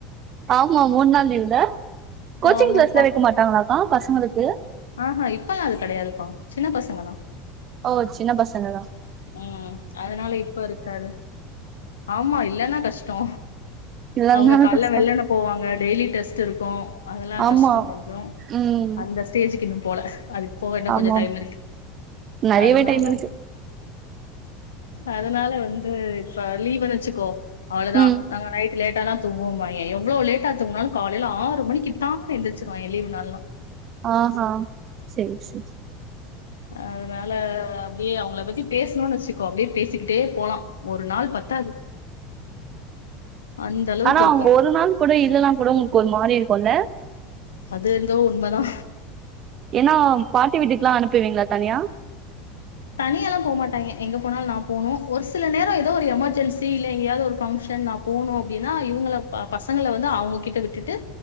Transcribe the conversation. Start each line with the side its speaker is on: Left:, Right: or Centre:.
Right: ஆமா மூணு நாள் லீவுல கோச்சிங்
Left: ஆமாப்பா
Right: கிளாஸ்ல வைக்க மாட்டாங்களாக்கா பசங்களுக்கு
Left: ஆஹா இப்பல்லா அது கெடையாதுப்பா சின்ன பசங்க தா
Right: ஓ சின்ன பசங்க தா
Left: உம் அதனால இப்ப இருக்காது ஆமா இல்லன்னா கஷ்டோ
Right: இல்லனாலு
Left: அவுங்க கால்ல
Right: கஷ்டோ
Left: வெள்ளன்ன போவாங்க டெய்லி டெஸ்ட் இருக்கு அதெல்லா
Right: ஆமா
Left: கஷ்டோ கொஞ்சோ
Right: ம்
Left: அந்த ஸ்டேஜுக்கு இன்னும் போல அது போக இன்னோ
Right: ஆமா
Left: கொஞ்சோ டைம் இருக்கு
Right: நெறையவே
Left: அதனால
Right: டைம் இருக்கு
Left: அதனால வந்து இப்ப லீவுனு வச்சுக்கோ அவ்ளோதா
Right: ம்
Left: நாங்க நைட் லேட் லேட்டா தா தூங்குவோபாய்ங்க எவ்ளோ லேட்டா தூங்குனாலு காலைல ஆறு மணிக்கு டான்னு எந்துருச்சிடுவாய்ங்க லீவுனால்லா
Right: ஆ ஹா செரி செரி
Left: அதனால அப்டியே அவுங்கள பத்தி பேசணோனு வச்சுக்கோ அப்டியே பேசிக்கிட்டே போலா ஒரு நாள் பத்தாது அந்த அளவுக்கு
Right: ஆனா
Left: இருக்கு
Right: அவுங்க ஒரு நாள் கூட இல்லனா கூட உங்களுக்கு ஒரு மாறி இருக்குல்ல
Left: அது ஏந்தோ உண்மதா
Right: ஏன்னா பாட்டி வீட்டுக்கு எல்லா அனுப்பிவிங்களா தனியா
Left: தனியாலா போ மாட்டாங்க எங்க போனாலு நா போனு ஒரு சில நேரோ ஏதோ ஒரு எமர்ஜென்சி இல்ல எங்காயவது ஒரு ஃபங்ஷன் நா போனு அப்டின்னா சங்கள பாத் பசங்கள வந்து அவுங்க கிட்ட விட்டுட்டு